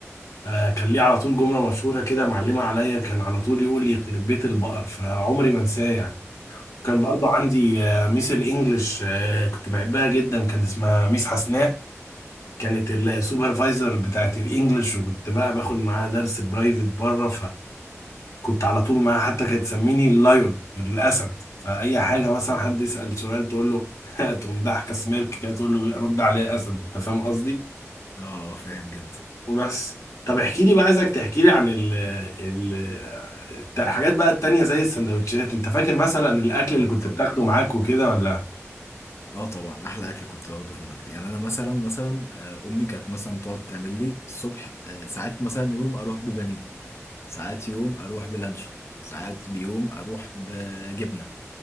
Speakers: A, on the left; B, on the left.
A: آه، كان ليه على طول جملة مشهورة كده معلمة عليا كان على طول يقول لي يخرب بيت البقر فعمري ما انساه يعني كان برضو عندي آه، ميس الانجليش آه، كنت بحبها جدا كان اسمها ميس حسناء كانت السوبرفايزر بتاعت الانجليش وكنت بقى باخد معاها درس برايفت بره كنت على طول معاها حتى كانت تسميني اللايون الاسد فاي حاجه مثلا حد يسال سؤال تقول له <laughs> تقوم ضحكه سميرك كده تقول له رد عليه اسد انت فاهم قصدي
B: اه آه، فاهم جدا
A: وبس طب احكي لي بقى عايزك تحكي لي عن ال ال الت- الحاجات بقى التانية زي السندوتشات انت فاكر مثلا الاكل اللي
B: اه
A: كنت
B: طبعا
A: بتاخده معاك وكده ولا
B: اه طبعا احلى اكل كنت باخده في المدرسه يعني انا مثلا مثلا آه، امي كانت مثلا تقعد تعمل لي الصبح آه، ساعات مثلا يوم اروح ببانيه ساعات يوم اروح بلانشون ساعات بيوم اروح بجبنه